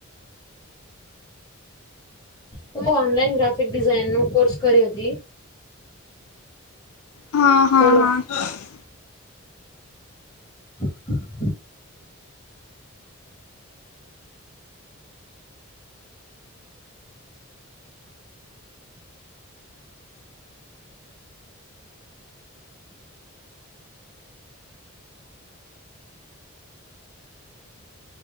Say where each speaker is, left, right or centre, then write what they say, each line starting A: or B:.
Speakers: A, on the left; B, on the left.
A: હું ઓનલાઈન ગ્રાફિક ડિઝાઇનનો કોર્સ કરી હતી.
B: હા, હા,
A: હલો
B: હા.
A: હ.